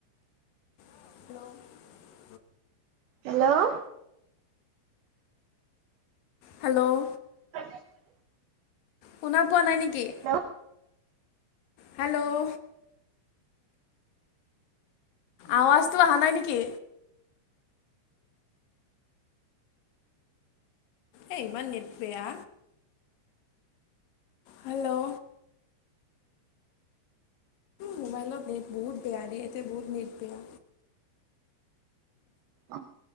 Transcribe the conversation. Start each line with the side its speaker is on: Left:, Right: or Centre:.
Left: Hello
Right: hello
Left: hello
Right: <unintelligible>
Left: শুনা পোৱা নাই নেকি?
Right: হেল্ল
Left: হেল্ল' আৱাজটো অহা নাই নেকি? এ ইমান নেট বেয়া। হেল্ল' মোবাইলত নেট বহুত বেয়া দে এতে বহুত নেট বেয়া।
Right: অ